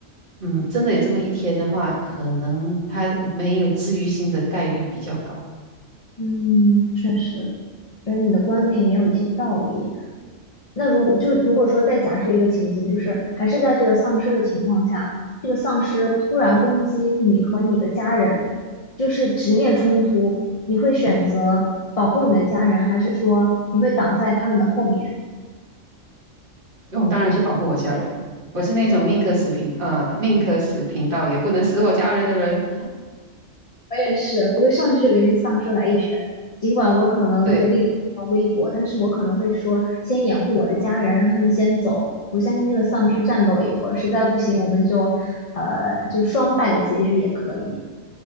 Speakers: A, on the right; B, on the left.
A: 嗯，真的有这么一天的话，可能它没有治愈性的概率比较高。
B: 嗯，确实，觉得你的观点也有一些道理。那如果就如果说再假设一个情景，就是还是在这个丧尸的情况下，这个丧尸突然攻击你和你的家人，就是直面冲突，你会选择保护你的家人，还是说你会挡在他们的后面？
A: 我当然是保护我家人，我是那种宁可死贫呃宁可死贫道也不能死我家人的人。
B: 嗯，我也是，我会上去就给那丧尸来一拳，尽管我可能那个力量比较微薄，
A: 对，
B: 但是我可能会说先掩护我的家人，让他们先走，我先跟这个丧尸战斗一会儿，实在不行我们就呃就双败的结局也可以。